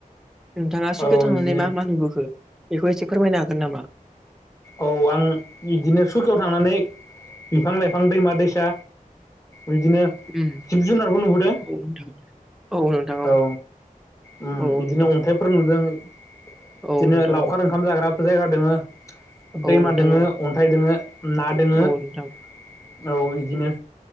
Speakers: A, in the centre; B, on the left (about 20°).
A: नोंथाङा सुखे
B: औ
A: थांनानै
B: इदिनो
A: मा मा नुबोखो बेखौ एसे फोरमायनो हागोन नामा?
B: औ आं बिदिनो सुकियाव थांनानै बिफां लाइफां, दैमा दैसा बिदिनो
A: उम
B: जिब जुनारबो नुबोदों
A: औ नोंथां औ नोंथां
B: औ। उ
A: औ
B: बिदिनो
A: नोंथां
B: अन्थाइफोर नुदों। बिदिनो
A: औ नोंथां
B: लावखार
A: औ
B: ओंखाम जाग्राबो जायगा दङो।
A: औ
B: दैमा
A: नोंथां
B: दोङो
A: औ
B: अन्थाइ दोङो ना दोङो
A: औ
B: औ
A: नोंथां
B: बिदिनो।